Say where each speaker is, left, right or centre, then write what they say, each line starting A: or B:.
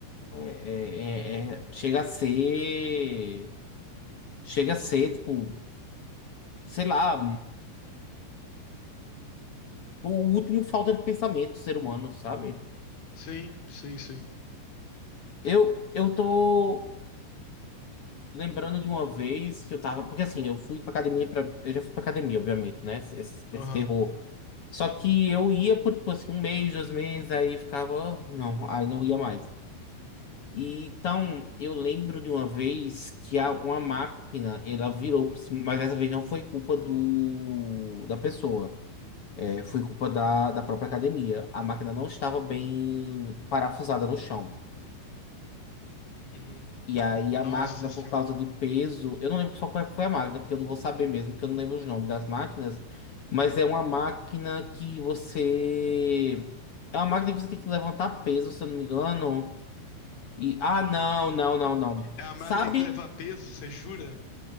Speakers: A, on the left; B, on the left.
A: É, é, é- é- chega a ser. Chega a ser, tipo, sei lá, o último falta de pensamento do ser humano, sabe?
B: Sim, sim, sim.
A: Eu, eu tô lembrando de uma vez que eu tava. Porque assim, eu fui pra academia pra. Eu já fui pra academia, obviamente, né? Esse, esse,
B: Aham.
A: esse terror. Só que eu ia por, tipo assim, um mês, dois meses, aí ficava. "Ah, Não, aí não ia mais. E, então, eu lembro de uma vez que a- uma máquina, ela virou, por cima- mas dessa vez não foi culpa do, da pessoa, é, foi culpa da, da própria academia. A máquina não estava bem parafusada no chão.
B: Uhum.
A: E aí
B: Nossa
A: a máquina,
B: senhora.
A: por causa de peso, eu não lembro só qual é que foi a máquina, porque eu não vou saber mesmo, porque eu não lembro os nomes das máquinas, mas é uma máquina que você... É uma máquina que você tem que levantar peso, se eu não me engano. E... Ah, não, não, não, não.
B: É uma máquina
A: Sabe...
B: que tem que levar peso, você jura?